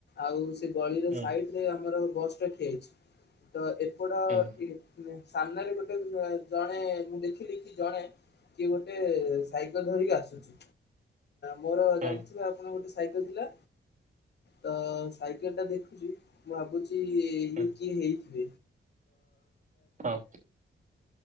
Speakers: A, on the left (about 60°); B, on the right (about 40°).
A: ଆଉ ସେ ଗଳିର
B: ହୁଁ
A: ସାଇଡ ରେ ଆମର ବସଟା ଠିଆହେଇଛି ତ ଏପଟ
B: ହୁଁ ହୁଁ
A: ସାମ୍ନାରେ ଗୋଟେ ଜଣେ ମୁଁ ଦେଖିଲି କି ଜଣେ କିଏ ଗୋଟେ ସେ ସାଇକଲ ଧରିକି ଆସୁଛିୁ ମୋର
B: ହଁ
A: ଜାଣିିଥିବେ ଆପଣ ଗୋଟେ ସାଇକେଲ ଥିଲା, ତ ସାଇକେଲ ଟା ଦେଖୁଛି ମୁଁ ଭାବୁଛି <unintelligible> ବାପା ସହଯାଉଛି,
B: ହୁଁ ହଁ